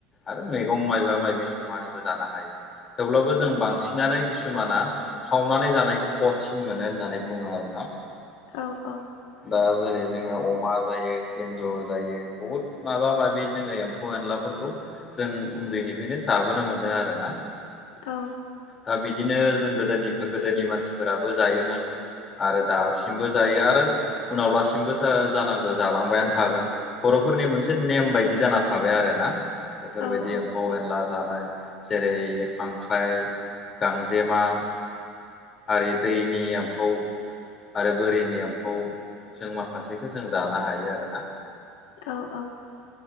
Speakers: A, on the left (about 30°); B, on the left (about 75°).
A: आरो मैगं माइबा मायबि संनानैबो जानो हायो थेवब्लाबो जों बांसिनानो किसुमाना हावनानै जानायखौ हथसिन मोनो होननानै बुङो आरोना
B: औ औ
A: दा जेरै जोङो अमा जायो एन्जर जायो बहुद माबा माबि जोङो एम्फौ एनलाफोरखौ जों उन्दैनिफ्रायनो जाबोनो मोनदों आरो ना
B: औ
A: दा बिदिनो जों गोदोनि गोदोनि मानसिफोराबो जायोमोन आरो दासिमबो जायो आरो उनाव लासिमबो जानांगौ जालांबायानो थागोन बर'फोरनि मोनसे नेम बायदि जाना थाबाय आरो ना बेफोरबायदि
B: औ औ
A: एम्फौ एनला जानाय जेरै खांख्राइ गांजेमा आरो दैनि एम्फौ आरो बोरिनि एम्फौ जों माखासेखौ जों जानो हायो आरोना
B: औ औ